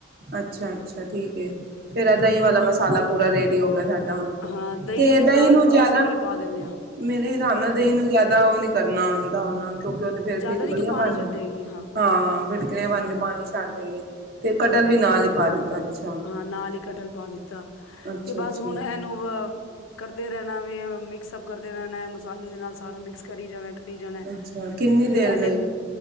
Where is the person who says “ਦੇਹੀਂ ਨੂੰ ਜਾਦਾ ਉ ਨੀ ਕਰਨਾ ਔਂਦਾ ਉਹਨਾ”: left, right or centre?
Right